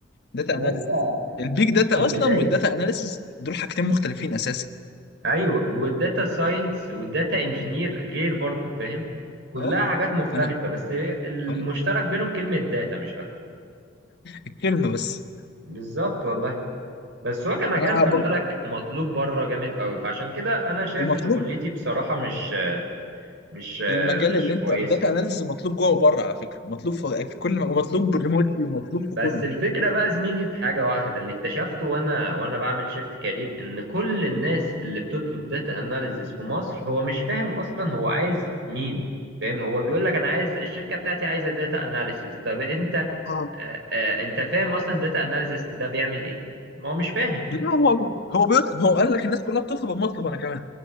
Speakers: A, on the left; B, on the right.
A: داتا
B: انا
A: اناليسيس
B: لسه فاهم
A: البيج
B: انا لسه
A: داتا
B: في البدايه
A: اصلا والداتا اناليسيس دول حاجتين مختلفين اساسا
B: ايوه والداتا ساينس والداتا انجينير غير برضو فاهم كلها
A: اه
B: حاجات مختلفه
A: انا
B: بس المشترك
A: اه
B: بينهم كلمه داتا مش اكتر
A: الكلمه بس
B: بالظبط والله بس هو كمجال
A: انا
B: خلي
A: هبقى
B: بالك مطلوب بره جامد قوي فعشان كده انا شايف
A: ومطلوب
B: ان كليتي بصراحه مش مش
A: المجال
B: مش
A: اللي انت
B: كويسه
A: داتا اناليسز مطلوب جوه وبره على فكره مطلوب في في كل ومطلوب ريموتلي ومطلوب
B: بس
A: في كله
B: الفكرة بقى زميلي في حاجة واحدة اللي اكتشفته وانا وانا بعمل شيفت كارير ان كل الناس اللي بتطلب داتا اناليزز في مصر هو مش فاهم اصلا هو عايز مين فاهم هو بيقول لك انا عايز الشركة بتاعتي عايزة داتا اناليسز طب انت
A: اه
B: آه آه انت فاهم اصلا داتا اناليسز ده بيعمل ايه ما هو مش فاهم
A: لا هو هو بيطلب هو قال لك الناس كلها بتطلب اما اطلب انا كمان